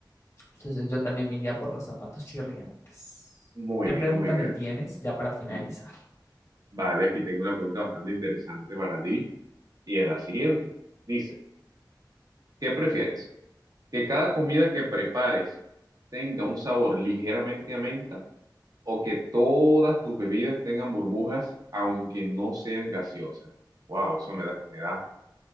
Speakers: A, on the left; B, on the right.
A: Entonces yo también me iría por los zapatos chirriantes.
B: Muy
A: ¿Qué
B: bien,
A: pregunta
B: muy bien.
A: me tienes ya para finalizar?
B: Mm, Vale, aquí tengo una pregunta bastante interesante para ti y es la siguiente. Dice, ¿qué prefieres? Que cada comida que prepares tenga un sabor ligeramente a menta o que todas tus bebidas tengan burbujas aunque no sean gaseosas. Wow, eso me da, me da.